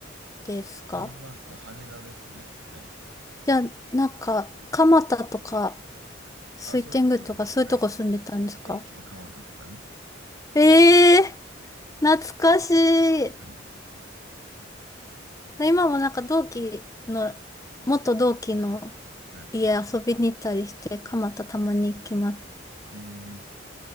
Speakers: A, on the left; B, on the right.
A: ですか
B: スカイマークは羽田ですね。はい。
A: じゃあ、なんか、蒲田とか、水天宮とか、
B: あ、そうです、そうです。
A: そういうとこ住んでたんですか
B: はい。京急蒲田とかね。
A: ええー懐かしい。
B: はい。
A: 今もなんか同期の、元同期の
B: はい。
A: 家遊びに行ったりして、蒲田たまに行きますけど。
B: はいえー